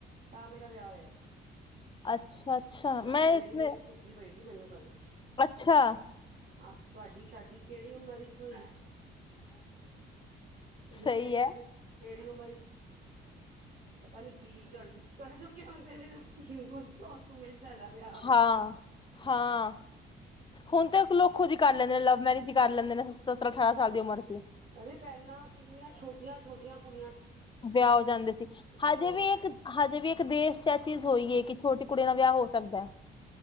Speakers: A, on the right; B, on the left.
A: ਤਾਂ ਮੇਰਾ ਵਿਆਹ ਹੋਇਆ ਸੀ।
B: ਅੱਛਾ। ਅੱਛਾ
A: ਹਾਂ
B: ਮੈਂ
A: ਮੇਰੀ
B: ਇਤਨੇ
A: ਬੇਟੀ ਪੁੱਛਦੀ ਪਈ ਜੀ ਮੈਨੂੰ ਗੱਲ
B: ਅੱਛਾ।
A: ਆ ਤੁਹਾਡੀ ਸ਼ਾਦੀ ਕਿਹੜੀ ਉਮਰ ਵਿੱਚ ਹੋਈ
B: ਸਹੀ
A: ਮੈਂਨ ਕਿਹਾ
B: ਹੈ
A: ਜਿਸ ਕਿਹੜੀ ਉਮਰ ਵਿਚ ਪਤਾ ਨੀ ਕੀ ਕਰਜੂ ਕਰਜੂ ਕਿਉਂ ਦੇ ਕੀ ਉਮਰ ਉਵੇ ਹੀ ਸਾਡਾ ਵਿਆਹ ਹੋਇਆ
B: ਹਾਂ
A: ਸੀ।
B: ਹਾਂ ਹੁਣ ਤੇ ਲੋਕ ਖੁਦ ਹੀ ਕਰ ਲੈਂਦੇ ਨੇ, ਲਵ ਮੈਰਿਜ ਕਰ ਲੈਂਦੇ ਨੇ ਸਤਰਾਂ ਅਠਾਰਾਂ ਸਾਲ ਦੀ ਉਮਰ ਚ
A: ਅਰੇ ਪਹਿਲਾਂ ਕਿੰਨੀਆਂ ਛੋਟੀਆਂ ਛੋਟੀਆਂ ਕੁ
B: ਵਿਆਹ ਹੋ ਜਾਂਦੇ ਸੀ ਹਜੇ
A: ਹਾਂ।
B: ਵੀ ਇੱਕ ਹਜੇ ਵੀ ਇੱਕ ਦੇਸ਼ ਚ ਇਹ ਚੀਜ਼ ਹੋਈ ਹੈ ਕਿ ਛੋਟੀ ਕੁੜੀ ਦਾ ਵਿਆਹ ਹੋ ਸਕਦਾ ਹੈ।